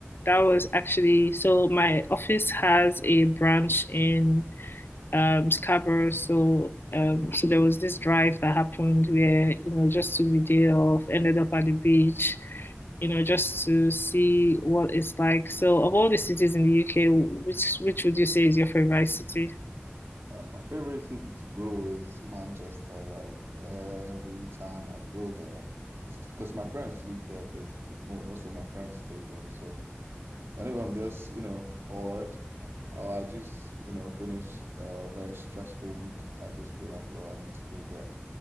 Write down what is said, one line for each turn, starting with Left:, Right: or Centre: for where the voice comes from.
Left: That was actually so my office has a branch in um Scarborough, so um so there was this drive that happened where, you know, just took the day off, ended up at the beach, you know, just to see what it's like. So of all the cities in the UK, which which would you say is your favorite city?
Right: Uh, my favorite city to go is Manchester. Like every time I go there, it's because my friends live there basically. Mo most of my friends stay there. So whenever I'm just, you know, bored uh, or I just, you know, finish a very stressful week, I just be like, oh, I need to go get